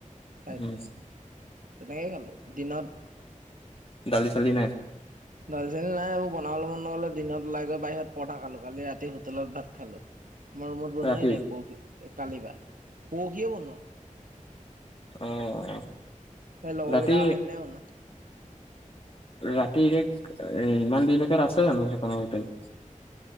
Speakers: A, on the right; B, on the left.
A: খাই
B: উম,
A: দিলো। তেনেকেই খালো দিনত-
B: দালি-চালি নাই?
A: দাল-চালি নাই, এইবোৰ বনাবলৈ মন নগলে, দিনত ওলাই গৈ বাহিৰত পৰঠা খালো। কালি ৰাতি হোটেলত ভাত খালো। মই ৰুমত বনোৱাই
B: ৰাতি
A: নাই, পৰহি কালিৰ পা। পৰহিয়ে বনোৱা।
B: অ'।
A: লগৰকেইটা
B: ৰাতি
A: অহাৰ দিনাই বনোৱা।
B: ৰাতি ৰেক, ইমান দেৰিলৈকে আছে জানো সেইখন হোটেল? <inaudible>